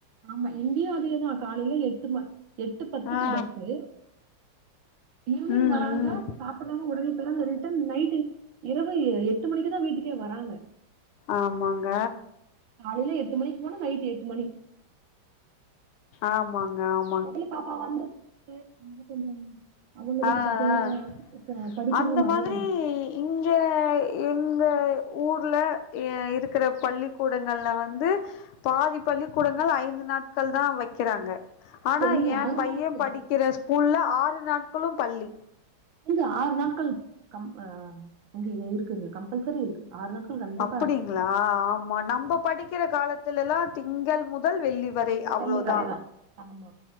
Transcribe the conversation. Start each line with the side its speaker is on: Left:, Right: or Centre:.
Right: ஆமா இங்கேயு அதே தா காலைல எட்டு ம எட்டு பத் துக்கு
Left: ஆ
Right: பஸ்ஸு ஈவ்னிங்
Left: ம்
Right: வராங்க
Left: ம்
Right: சாப்பிட்றாங்க ஓடனே போயிட்றாங்க ரிட்டன் நைட்டு இரவு எ எட்டு மணிக்கு தா வீட்டுக்கே வராங்க
Left: ஆமாங்க
Right: காலைல எட்டு மணிக்கு போனா நைட்டு எட்டு மணி
Left: ஆமாங்க ஆம்
Right: பெரிய பாப்பா வந்து <inaudible> அதனால கொஞ்ச அவுங்களுக்கு
Left: ஆ
Right: பாத்தீங்னா
Left: ஆ
Right: ச படிக்கிறது
Left: அந்த
Right: நெறையா
Left: மாதிரி
Right: ஆயிடுச்சு
Left: இங்க எங்க ஊர்ல எ இருக்கிற பள்ளிக்கூடங்கள்ல வந்து பாதி பள்ளிக்கூடங்கள் ஐந்து நாட்கள் தா வக்கிறாங்க ஆனா
Right: இப்ப இங்க
Left: எ பைய
Right: நாட்கள்
Left: படிக்கிற
Right: இருக்கு.
Left: ஸ்கூல்ல ஆறு நாட்களு பள்ளி
Right: ஏங்க ஆறு நாட்கள் கம் அ இங்கயு இருக்குங்க கம்பல்சரி இருக்கு ஆறு நாட்கள் கண்டிப்பா
Left: அப்பிடிங்ளா
Right: இருக்கு
Left: ஆமா நம்ப படிக்கிற காலத் துலலா திங்கள் முதல் வெள்ளி வரை அவ்ளோதா
Right: வெள்ளி வரைதா ஆமா